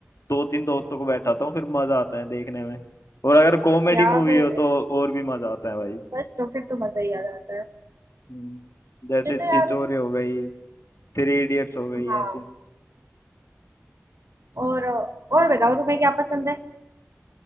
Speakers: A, on the left (about 75°); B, on the right (about 70°).
A: दो तीन दोस्तों को बैठाता हूँ फिर मजा आता है देखने में और अगर कॉमेडी
B: यहाँ
A: मूवी
B: पे
A: हो तो और भी मजा आता है भाई
B: बस तो फिर तो मजा ही आ जाता है
A: हम्म, जैसे
B: मुझे
A: छिछोरे
B: तो यार
A: हो गई थ्री इडियट्स हो गई
B: हाँ
A: ऐसी
B: और और बताओ तुम्हें क्या पसंद है